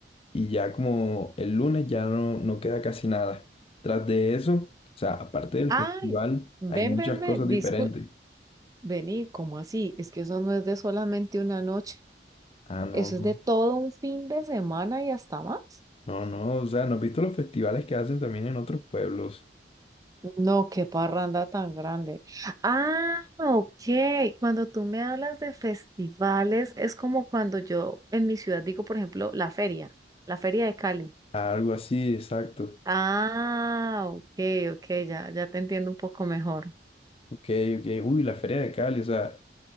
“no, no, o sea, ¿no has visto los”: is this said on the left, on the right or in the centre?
Left